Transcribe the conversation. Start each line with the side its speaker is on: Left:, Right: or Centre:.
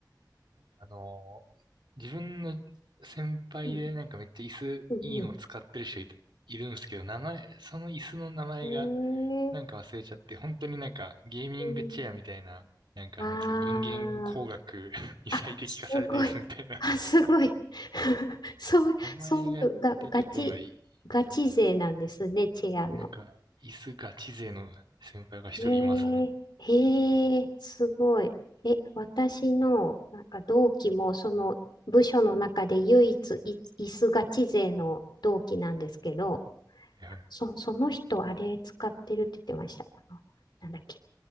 Right: あの、自分の先輩でなんかめっちゃ椅子いいの使ってる人い、
Left: うん、うん
Right: いるんですけど、名前、その椅子の名前が
Left: ねえ。
Right: なんか忘れちゃって、本当になんかゲーミングチェアみたいな、
Left: うん、
Right: なんかなんつうか人間工学
Left: あー
Right: <laughs> に最適化された椅子みたいな。
Left: あ、すごい。あ、すごい。<laughs> そう、
Right: 名前が出てこない、
Left: そういうが、ガチ、ガチ勢なんですね、チェアの。
Right: なんか椅子ガチ勢の先輩が一人いますね。
Left: ええへえすごい。え、私の、なんか同期も、その部署の中で唯一い、椅子ガチ勢の同期なんですけど、
Right: はいはい。
Left: そ、その人、あれ使ってるって言ってました。あのなんだっけ。